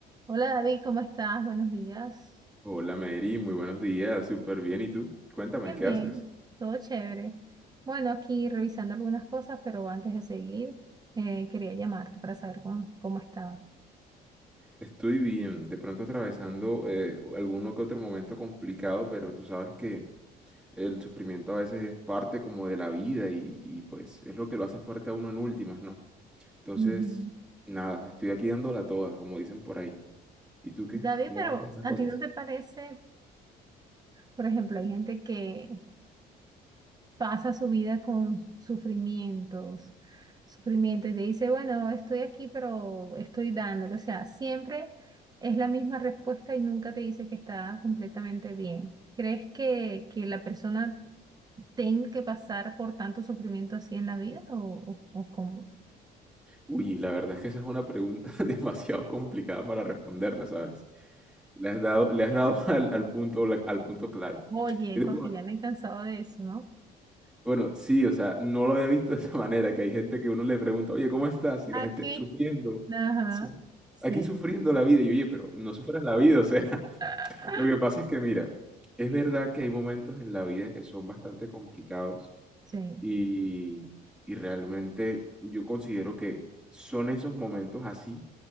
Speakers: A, on the right (about 25°); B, in the centre.
A: Hola David, ¿cómo estás? Buenos días.
B: Hola Mary, muy buenos días, súper bien. ¿Y tú? Cuéntame,
A: Bien,
B: ¿qué
A: bien,
B: haces?
A: todo chévere. Bueno, aquí revisando algunas cosas, pero antes de seguir, eh, quería llamarte para saber cómo, cómo estabas.
B: Estoy bien, de pronto atravesando eh, alguno que otro momento complicado, pero tú sabes que el sufrimiento a veces es parte como de la vida y, y pues es lo que lo hace fuerte a uno en últimas, ¿no? Entonces,
A: Ujú.
B: nada, estoy aquí dándola toda, como dicen por ahí. ¿Y tú qué?
A: David,
B: ¿Cómo
A: pero
B: van con esas
A: ¿a
B: cosas?
A: ti no te parece, por ejemplo, hay gente que pasa su vida con sufrimientos, sufrimiento y te dice, bueno, estoy aquí, pero estoy dándolo. O sea, siempre es la misma respuesta y nunca te dice que está completamente bien. ¿Crees que, que la persona tenga que pasar por tanto sufrimiento así en la vida o, o, o cómo?
B: Uy, la verdad es que esa es una pregunta <laughs> demasiado complicada para responderla, ¿sabes? Le has dado, le has dado <laughs> al, al punto, bla- al punto claro.
A: Oye,
B: ¿Qué te
A: porque
B: puedo
A: ya me he cansado de eso, ¿no?
B: Bueno, sí, o sea, no lo había visto de esa manera, que hay gente que uno le pregunta, oye, ¿cómo estás? Y
A: Aquí.
B: la gente sufriendo,
A: Ajá.
B: suf-
A: Sí.
B: aquí sufriendo la vida. Y yo, oye, pero no sufras la vida, o sea, <laughs>
A: <laughs>
B: lo que pasa es que mira, es verdad que hay momentos en la vida que son bastante complicados
A: Sí.
B: y, y realmente yo considero que son esos momentos así